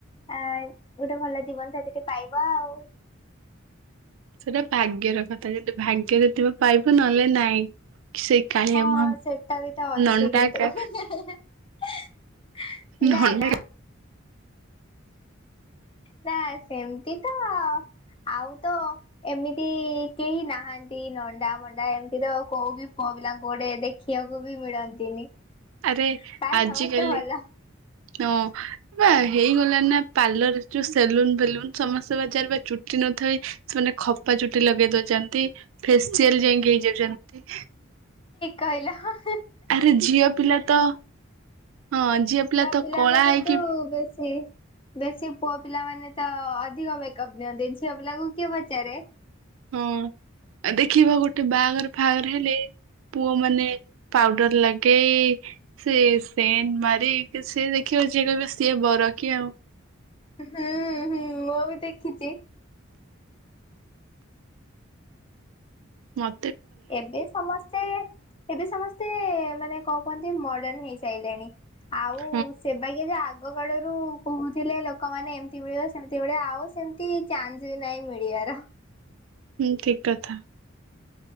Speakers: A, on the left; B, on the right.
A: ଆ ଗୋଟେ ଭଲ ଜୀବନ ସାଥୀଟେ ପାଇବ ଆଉ।
B: ସେଟା ଭାଗ୍ୟର କଥା ।ଯଦି ଭାଗ୍ୟରେ ଥିବ ପାଇବୁ ନହେଲେ ନାଇଁ। ସେଇ କାଳିଆ
A: ହଁ
B: ମୁହାଁ
A: ସେଟା ବି ତ ଅଛି
B: ନଣ୍ଡା
A: କିନ୍ତୁ।
B: କା
A: <unintelligible> ନା
B: ନଣ୍ଡା
A: ନା। ନା ସେମିତି ତ ଆଉ ତ ଏମିତି କେହି ନାହାନ୍ତି ।ନଣ୍ଡା ଭଣ୍ଡା ଏମିତି ତ କୋଉ ବି ପୁଅ ପିଲାଙ୍କୁ ଗୋଟେ ଦେଖିବାକୁ ବି ମିଳନ୍ତି। ନ୍ତିନି
B: ଆରେ
A: ପ୍ରଏ
B: ଆଜିକାଲି
A: ସମସ୍ତ ଭଲ।
B: ହଁ ବା ହେଇଗଲା ନା ପାର୍ଲର ଯୋଉ ସେଲୁନ ଫେଲୁନ। ସମସ୍ତେ ବାଜାର ବା ଚୁଟି ନଥାଏ ସେମାନେ ଖପା ଚୁଟି ଲଗେଇ ଦଉଛନ୍ତି। ଫେଷ୍ଟିଆଲ ଯାଇକି ହେଇଯାଉଛନ୍ତି।
A: କାହିଲ ହଁ ।
B: ଆରେ ଝିଅ ପିଲା ତ ହଁ ଝିଅ ପିଲା ତ
A: ପିଲାଙ୍କଠୁ
B: କଳା ହେଇକି
A: ତୁ
B: ବି ।
A: ବେଶୀ ବେଶୀ ପୁଅ ପିଲାମାନୋନେ ତ ଅଧିକ ମେକପ ନିଅନ୍ତି ଝିଅ ପିଲାଙ୍କୁ କିଏ ପଚାରେ।
B: ହଁ ଆ ଦେଖିବ ଗୋଟେ ବାହାଘର ଫହାଘର ହେଲେ ପୁଅ ମାନେ ପାଉଡର ଲଗେଇ ସିଏ ସେଣ୍ଟ ମାରିକ ସିଏ ଦେଖିବ ଯିଏ କହିବ ସିଏ ବର କି ଆଉ।
A: ହୁଁ ହୁଁ ମୁଁ ବି ଦେଖିଛି।
B: ମ।
A: ଏବେ ସମସ୍ତେ। ସେ ଏବେ ସମସ୍ତେ ମାନେ କଣ କୁହନ୍ତି ମଡର୍ଣ ହେଇସାରିଲେଣି। ଆଉ
B: ହଁ
A: ସେବାଗିଆ ଯ ଆଗ। ଆଗ କଳରୁ କହୁଥିଲେ ଲୋକମାନେ ଏମିତି ମିଳିବ ସେମତି ମିଳିବ ଆଉ ସେମିତି ଚାନ୍ସ ବି ନାହିଁ ମିଳିବାର।
B: ହୁଁ ଠିକ କଥା।